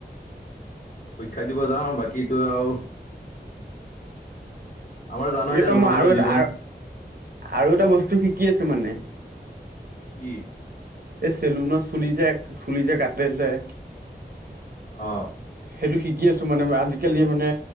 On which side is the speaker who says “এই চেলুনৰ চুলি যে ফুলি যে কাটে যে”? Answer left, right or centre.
Right